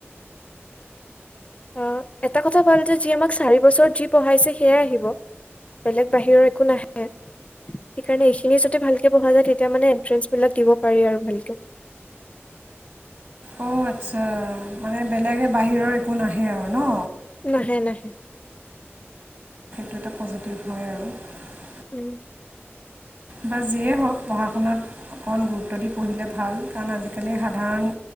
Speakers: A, on the left; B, on the right.
A: অ', এটা কথা ভাল যে যি আমাক চাৰি বছৰ যি পঢ়াইছে সেয়াই আহিব বেলেগ বাহিৰৰ একো নাহে। সেইকাৰণে এইখিনি যদি ভালকে পঢ়া যায় তেতিয়া মানে এন্ট্ৰেন্ঞ্চবিলাক দিব পাৰি আৰু ভালকে। <inaudible>
B: অ', আচ্ছা মানে বেলেগে বাহিৰৰ একো নাহে ন'।
A: নাহে নাহে।
B: <unintelligible>
A: উম।
B: বা যিয়ে হওক পঢ়া- শুনাত অকনমান গুৰুত্ব দি পঢ়িলে ভাল, কাৰণ আজিকালি সাধাৰণ